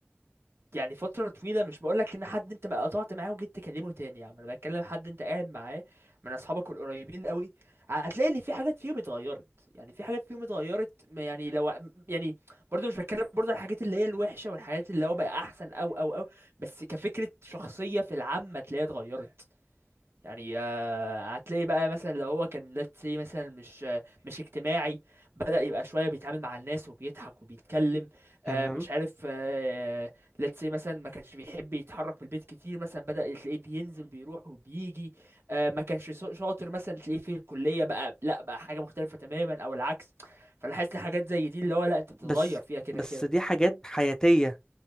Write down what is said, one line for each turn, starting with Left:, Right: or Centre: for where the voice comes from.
Right: يعني فترة طويلة مش بقولك ان حد انت ما قطعت معاه وجيت تكلمه تاني يعني انا بتكلم حد انت قاعد معاه من اصحابك القريبين قوي هتلاقي ان في حاجات فيهم اتغيرت يعني في حاجات فيهم اتغيرت ما يعني لو يعني برضه مش بتكلم برضه عن الحاجات اللي هي الوحشة والحاجات اللي هو بقى احسن او او او بس كفكرة شخصية في العامة تلاقيها اتغيرت يعني هتلاقي بقى مثلا لو هو كان let's say مثلا مش مش اجتماعي بدأ يبقى شوية بيتعامل مع الناس وبيضحك وبيتكلم
Left: تمام
Right: آه، مش عارف آه، let's say مثلا ما كانش بيحب يتحرك من البيت كتير مثلا بدأ تلاقيه بينزل بيروح وبيجي آه، ما كانش شا- شاطر مثلا تلاقيه في الكلية بقى لا بقى حاجة مختلفة تماما او العكس فلاحظت حاجات زي دي اللي هو لا انت
Left: بس
Right: بتتغير فيها كده
Left: بس
Right: كده
Left: دي حاجات حياتية